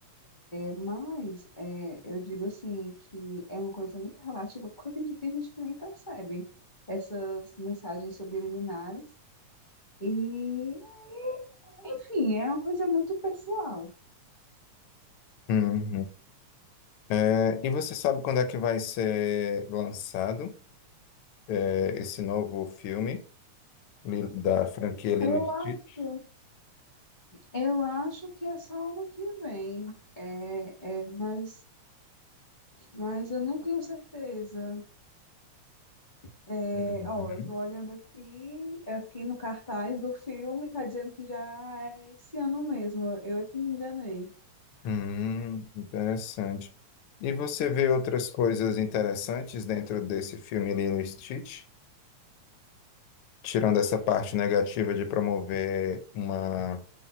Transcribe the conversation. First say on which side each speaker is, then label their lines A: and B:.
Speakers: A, on the left (about 30°); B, on the left (about 75°).
A: Mas é, eu digo assim que é uma coisa muito relativa, porque tem, tem gente que nem percebe essas mensagens subliminares. E, enfim, é uma coisa muito pessoal.
B: Uhum. É, e você sabe quando é que vai ser lançado, é, esse novo filme Lilo- da franquia Lilo
A: Eu
B: e Stitch?
A: acho, eu acho que é só ano que vem. É, é, mas, mas eu não tenho certeza. É,
B: Uhum.
A: ó, eu tô olhando aqui, aqui no cartaz do filme, tá dizendo que já é esse ano mesmo. Eu é que me enganei.
B: Hum, interessante. E você vê outras coisas interessantes dentro desse filme Lilo e Stitch? Tirando essa parte negativa de promover uma